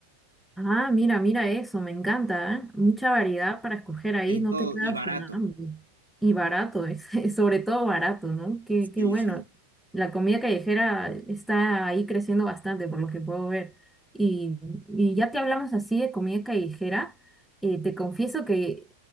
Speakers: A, in the centre; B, on the right.
A: Ah, mira, mira eso, me encanta, ¿eh? Mucha variedad para escoger ahí,
B: De
A: no
B: todo
A: te quedas
B: y barato.
A: con hambre. Y barato, es, <laughs> sobre todo barato, ¿no? Qué, qué
B: Sí,
A: bueno.
B: sí,
A: La comida callejera está ahí creciendo bastante, por lo que puedo ver. Y, y ya que hablamos así de comida callejera, eh, te confieso que